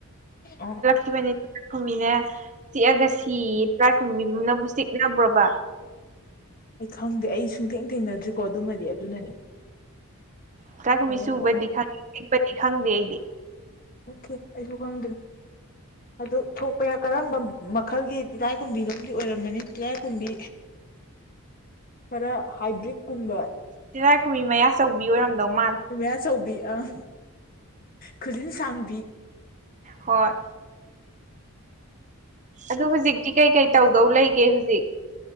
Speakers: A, on the left; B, on the right.
A: ꯑꯣ
B: <unintelligible> ꯇ꯭ꯔꯥꯏꯈꯨꯝꯕꯤꯅ ꯆꯤꯛꯑꯒ ꯁꯤ ꯑꯌꯦ ꯇꯔꯥꯏꯈꯨꯝꯕꯤꯅꯕꯨ ꯆꯤꯛꯅꯕ꯭ꯔꯣꯕ
A: ꯑꯩ ꯈꯪꯗꯦ ꯑꯩ ꯁꯨꯡꯊꯦꯡ ꯊꯦꯡꯅꯗ꯭ꯔꯤꯀꯣ ꯑꯗꯨꯃꯗꯤ ꯑꯗꯨꯅꯅꯤ
B: ꯇꯤꯂꯥꯏꯈꯨꯝꯕꯤ
A: ꯑꯣ
B: ꯆꯨꯕꯗꯤ ꯈꯪꯉꯤ ꯆꯤꯛꯄꯗꯤ ꯈꯪꯗꯦ ꯑꯩꯗꯤ
A: <unintelligible> ꯑꯩꯁꯨ ꯈꯪꯗ꯭ꯔꯤ ꯑꯗꯨ ꯊꯣꯛꯄ ꯌꯥꯏ ꯀꯔꯝꯕ ꯃꯈꯜꯒꯤ ꯇꯤꯂꯥꯏꯈꯨꯝꯕꯤꯅꯣꯝꯗꯤ ꯑꯣꯏꯔꯝꯃꯅꯤ ꯇꯤꯂꯥꯏꯈꯨꯝꯕꯤ ꯈ꯭ꯔ ꯍꯥꯏꯕ꯭ꯔꯤꯠꯀꯨꯝꯕ
B: ꯇꯤꯂꯥꯏꯈꯨꯝꯕꯤ ꯃꯌꯥ ꯆꯧꯕꯤ ꯑꯣꯏꯔꯝꯗꯧ ꯃꯥꯜꯂꯦ
A: ꯃꯌꯥꯆꯧꯕꯤ ꯑꯪ ꯈꯨꯖꯤꯟ ꯁꯥꯡꯕꯤ
B: ꯍꯣꯏ ꯑꯗꯨ ꯍꯧꯖꯤꯛꯇꯤ ꯀꯩ ꯀꯩ ꯇꯧꯗꯧ ꯂꯩꯒꯦ ꯍꯧꯖꯤꯛ